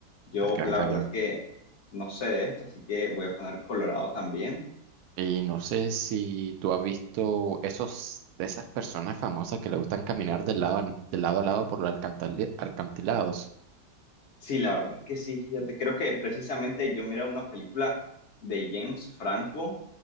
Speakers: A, on the left; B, on the right.
A: yo
B: el Gran
A: la
B: Cañón.
A: verdad es que no sé de esto, así que voy a poner Colorado también.
B: Y no sé si tú has visto esos, de esas personas famosas que le gustan caminar de lado, en- de lado a lado por los alcantali- alcantilados.
A: Sí, la verdad es que sí, fíjate, creo que precisamente yo miré una película de James Franco